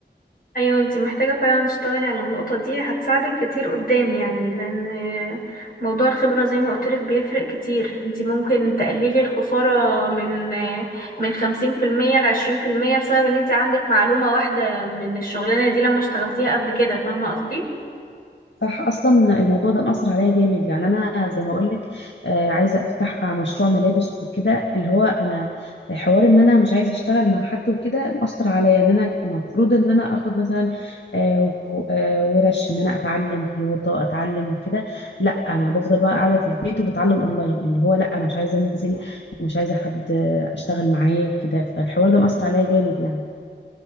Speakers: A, on the left; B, on the left.
A: ايوه انتي محتاجة فعلا تشتغلي على النقطة دي هتساعدك كتير قدام يعني لان موضوع الخبرة زي ما قلتلك بيفرق كتير انتي ممكن تقللي الخسارة من من خمسين في المية لعشرين في المية بسبب ان انتي عندك معلومة واحدة من الشغلانة دي لما اشتغلتيها قبل كده فاهمة قصدي؟
B: صح اصلا الموضوع ده مأثر عليا جامد يعني انا زي ما اقول لك عايزه افتح مشروع ملابس وكده اللي هو انا حوار ان انا مش عايزه اشتغل مع حد وكده مأثر عليا ان انا المفروض ان انا اخد مثلا آه، و- آه، ورش ان انا اتعلم خياطه اتعلم كده لا انا بفضل بقى قاعده في البيت وبتعلم اونلاين اللي هو لا انا مش عايزه انزل ومش عايزه حد آه، اشتغل معاه وكده فالحوار ده مأثر عليا جامد يعني